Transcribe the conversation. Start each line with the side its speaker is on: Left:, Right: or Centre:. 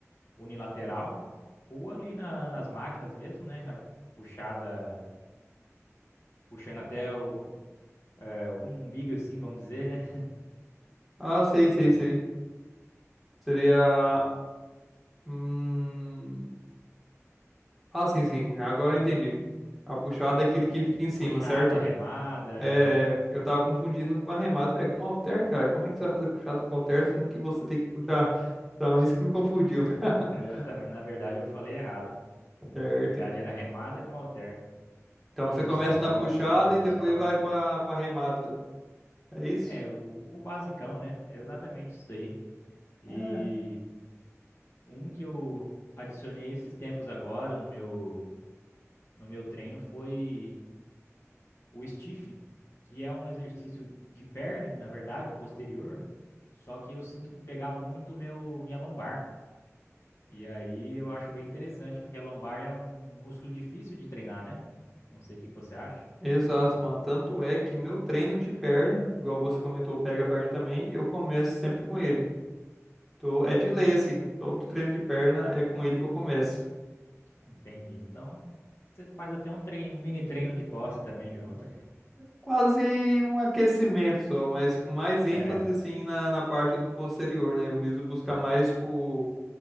Left: unilateral, ou ali na- nas máquinas mesmo, né? A puxada puxando até o, é, um umbigo, assim, vamos dizer, né?
Centre: Ah, sei,
Left: E,
Centre: sei, sei. Seria.
Left: e
Centre: Hum... Ah, sim, sim. Agora eu entendi. A puxada é aquele que
Left: seria
Centre: fica
Left: tipo
Centre: em cima,
Left: puxada,
Centre: certo?
Left: remada, é.
Centre: É, eu tava confundindo com arremate, velho. Com halter, cara, como é que você vai fazer puxado com halter, sendo que você tem que puxar? Então, isso que me confundiu. <laughs>
Left: é Exatamente. Na verdade, eu falei errado.
Centre: Certo,
Left: Na verdade, era remada com halter.
Centre: Então
Left: Ou
Centre: você começa
Left: serrote
Centre: na puxada
Left: ali com o pessoal.
Centre: e depois vai pra, pra remada. É isso?
Left: É, o, o basicão, né? É exatamente isso daí. E
Centre: É,
Left: um que eu adicionei esses tempos agora no meu, no meu treino foi o stiff, que é um exercício de perna, na verdade, posterior, só que eu sinto pegar muito meu, minha lombar. E aí eu acho bem interessante, porque a lombar é um músculo difícil de treinar, né? Não sei o que que você acha.
Centre: exato, mano. Tanto é que meu treino de perna, igual você comentou, pega a perna também, eu começo sempre com ele. Tô, é de lei, assim, todo treino de perna é com ele que eu começo.
Left: Entendi. Então, você faz até um treino, um mini treino de costas também junto.
Centre: Quase um aquecimento só, mas com mais ênfase,
Left: É,
Centre: assim, na, na parte do posterior, né? Eu viso buscar mais, tipo,